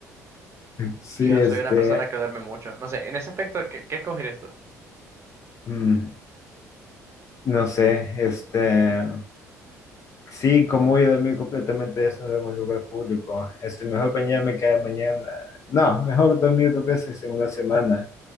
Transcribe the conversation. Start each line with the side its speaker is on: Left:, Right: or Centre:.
Left: Sí,
Right: Y yo
Left: este,
Right: soy una persona que duerme mucho. No sé, en ese aspecto, ¿qué, qué escogerías tú?
Left: mm, no sé, este, Sí, como voy a dormir completamente desnudo en un lugar público. Este, mejor bañarme cada mañana. No, mejor dormir dos veces en una semana.